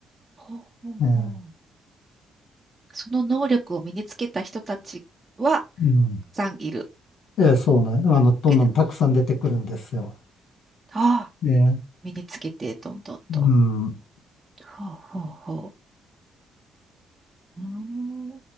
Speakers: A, on the right; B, on the left.
A: ほうほうほう。
B: ええ、
A: その能力を身につけた人たちは、たく
B: うん。
A: さんいるわ
B: ええ、そうなん、あの、どんどんたくさん出てくるんですよ。
A: けです。ああ、
B: ええ、
A: 身につけて、どんどんと。
B: うん。
A: ほうほうほう。うーん。